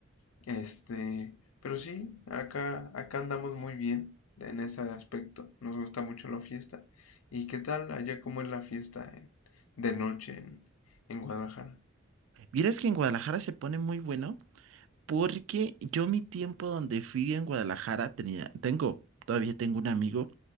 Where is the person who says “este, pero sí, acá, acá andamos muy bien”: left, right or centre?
Left